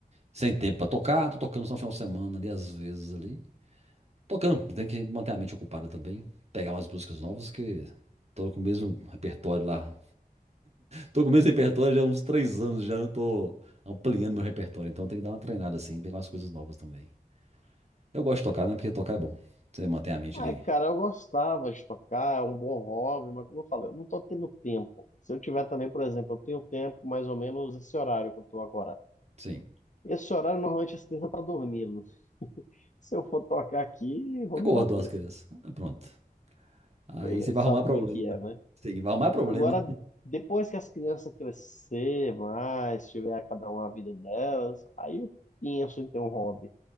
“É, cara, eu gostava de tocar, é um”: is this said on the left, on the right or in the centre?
Left